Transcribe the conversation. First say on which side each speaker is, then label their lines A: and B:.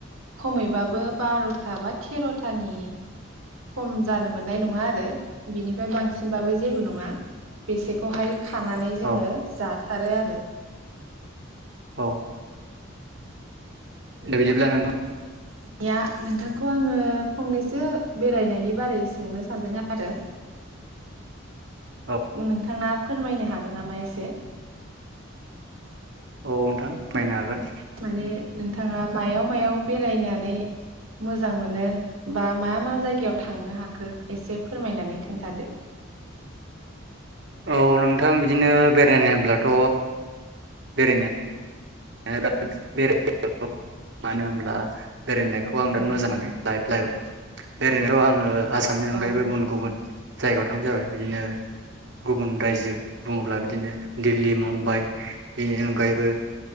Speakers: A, on the right (about 90°); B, on the right (about 55°).
A: खमैबाबो बार'था बा थेर'थानि खम जानो मोननाय नङा आरो बिनिफ्राय बांसिनबाबो जेबो नङा बेसेखौहाय खानानै जोङो
B: औ
A: जाथारो आरो। <inaudible>
B: औ। दा बिदिब्ला नोंथां
A: <unintelligible> नोंथांखौ आङो फंनैसो बेरायनायनि बारै सोंनो सान्दों आरो
B: औ
A: नोंथाङा फोरमायनो हागोन नामा एसे?
B: औ नोंथां फोरमायनो हागोन।
A: माने नोंथाङा मायाव मायाव बेरायनानै मोजां मोनो बा मा मा जायगायाव थांनो हाखो एसे फोरमायनानै खोन्थादो।
B: औ नोंथां बिदिनो बेरायनो होनब्लाथ बेरायनाय <unintelligible> मानो‌ होम्बला बेरायनायखौ आं बिराद
A: औ
B: मोजां मोनो लाइपलाइपआव। बेरायनायाव आङो आसामनि अनगायैबो
A: औ
B: गुबुन गुबुन जायगायाव थांनाय जाबाय बिदिनो गुबुन रायजो बुङोब्ला बिदिनो दिल्ली मुम्बाइ बेनि अनगायैबो।